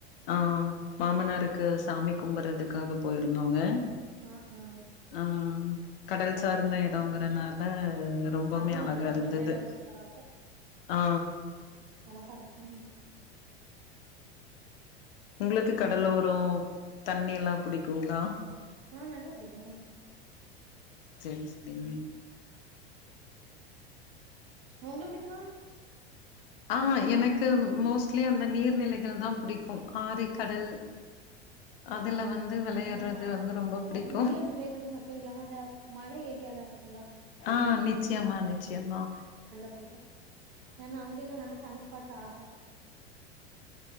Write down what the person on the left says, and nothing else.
ஆ மாமனாருக்கு சாமி கும்பறதுக்காக போயிரு ருந்தோங்க
ஆ கடல் சார்ந்த எடங்கிறனால ரொம்பமே
அழகாருந்தது
ஆ
உங்ளுக்கு கடலோரோ தண்ணிலா புடிக்குங்ளா
செரி செரிங்க
ஆ எனக்கு மோஸ்ட்லி அந்த நீர்நிலைகள் தான் புடிக்கும். ஆறு, கடல் அதுல வந்து விளையாடுறது
வந்து ரொம்ப பிடிக்கும்.
ஆஹ் நிச்சியமா நிச்சியமா